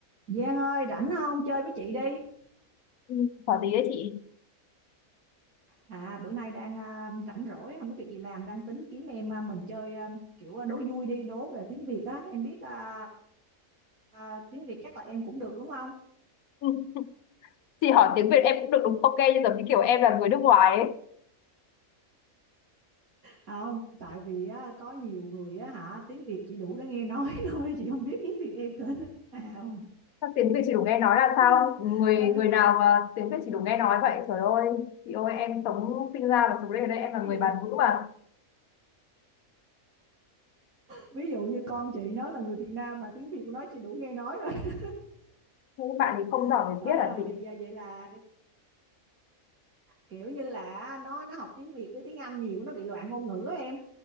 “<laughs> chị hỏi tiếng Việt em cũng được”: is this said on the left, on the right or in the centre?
Left